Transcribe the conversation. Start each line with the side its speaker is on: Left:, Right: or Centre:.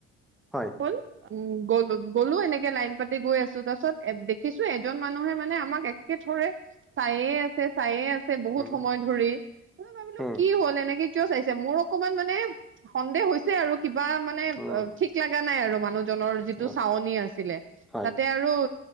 Centre: হয়
Right: হ'ল উম গলো গলো এনেকে লাইন পাতি গৈ আছো তাৰ পিছত দেখিছো এজন মানুহে মানে আমাক একেথৰে চাইয়ে আছে চাইয়ে আছে বহুত
Centre: উম,
Right: সময় ধৰি মই ভাবিলো
Centre: উম,
Right: কি হ'ল এনেকে কিয় চাইছে মোৰ অকমান মানে সন্দেহ হৈছে আৰু কিবা মানে
Centre: উম,
Right: অ ঠিক লগা নাই আৰু মানুহটো জনৰ যিটো
Centre: অ,
Right: চাৱনি আছিলে
Centre: হয়,
Right: তাতে আৰু